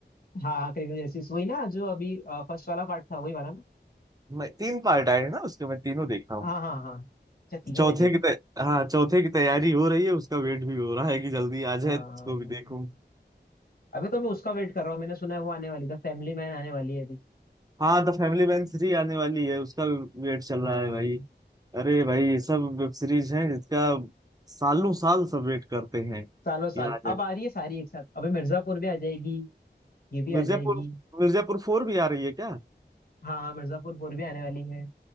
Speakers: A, on the left (about 55°); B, on the right (about 20°).
A: हाँ हाँ क्रिमिनल जस्टिस वही ना जो अभी फर्स्ट वाला पार्ट था वही वाला ना
B: मैं तीन पार्ट आए हैं ना उसके मैं तीनों देखा हूँ
A: हाँ हाँ हाँ अच्छा तीनों
B: चौथे
A: देखे
B: की
A: क्या
B: तै... हाँ चौथे की तैयारी हो रही है उसका वेट भी हो रहा है कि जल्दी आ
A: हाँ
B: जाए तो
A: हाँ,
B: उसको भी
A: हाँ, हाँ।
B: देखूं
A: अभी तो मैं उसका वेट कर रहा हूँ मैंने सुना है वो आने वाली था फैमिली मैन आने वाली है अभी
B: हाँ द फैमिली मैन थ्री आने वाली है उसका भी वेट चल रहा
A: हाँ हाँ,
B: है भाई
A: हाँ।
B: अरे भाई ये सब वेब सीरीज है जिसका सालों साल सब वेट करते हैं
A: सालों साल
B: ये आ जाए
A: अब आ रही है सारी एक साथ अबे मिर्जापुर भी आ जाएगी ये भी आ
B: मिर्जापुर
A: जाएगी
B: मिर्जापुर फोर भी आ रही है क्या
A: हाँ हाँ मिर्जापुर फोर भी आने वाली है